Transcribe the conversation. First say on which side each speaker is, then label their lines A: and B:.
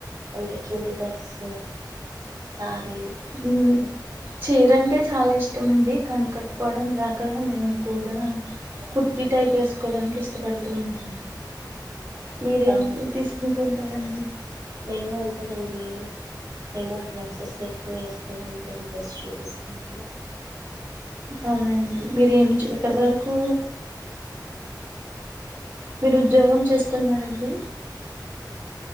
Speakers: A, on the right; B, on the right.
A: అంటే చూడి దార్స్ సారీ
B: హుమ్ చీర అంటే చాలా ఇష్టమండి కాని కట్టుకోవడం రాక మేము ఎక్కువగా కుర్తి టైప్ ఏసుకోవడానికి ఇష్టపడుతూ ఉంటా మీరేం
A: ఆ
B: తీసుకుంటూంటరండి
A: మేము అంతేనండి మేము డ్రెస్సెస్ ఎక్కువ ఏసుకోవడానికి ఇంట్రెస్ట్ చూపిస్తాము
B: అవునండి మీరేమి చీర కడదారుకు మీరు ఉద్యోగం చేస్తున్నారండి